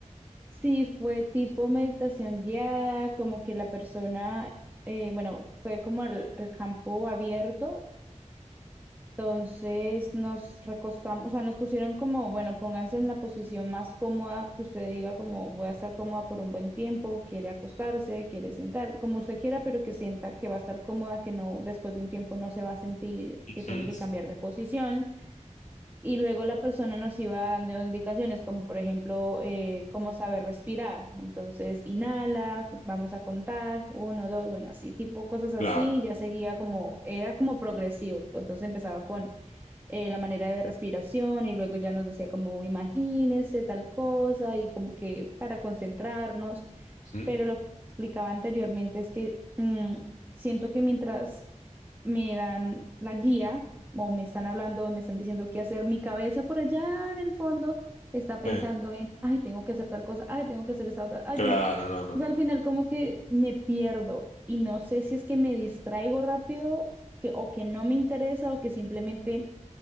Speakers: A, on the right (about 15°); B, on the left (about 80°).
A: Sí, fue tipo meditación guiada, como que la persona, eh, bueno, fue como el, el campo abierto, entonces nos recostamos, o sea, nos pusieron como, bueno, pónganse en la posición más cómoda que usted diga, como voy a estar cómoda por un buen tiempo, quiere acostarse, quiere sentarse, como usted quiera, pero que sienta que va a estar cómoda, que no, después de un tiempo no se va a sentir
B: Ujú,
A: que tiene que cambiar de posición. y luego la persona nos iba dando indicaciones como por ejemplo eh, cómo saber respirar. Entonces, inhala, vamos a contar, uno, dos, bueno, así, tipo cosas así,
B: Claro,
A: ya seguía como, era como progresivo. Entonces empezaba con eh, la manera de respiración y luego ya nos decía como imagínese tal cosa y como que para concentrarnos,
B: ujú,
A: pero lo que explicaba anteriormente es que mm, siento que mientras me dan la guía o me están hablando, me están diciendo qué hacer, mi cabeza por allá en el fondo está pensando
B: eh,
A: en, ay, tengo que hacer tal cosa, ay, tengo que hacer esta otra, ay,
B: claro,
A: tengo...
B: no, no,
A: Entonces,
B: no.
A: al final como que me pierdo y no sé si es que me distraigo rápido que, o que no me interesa o que simplemente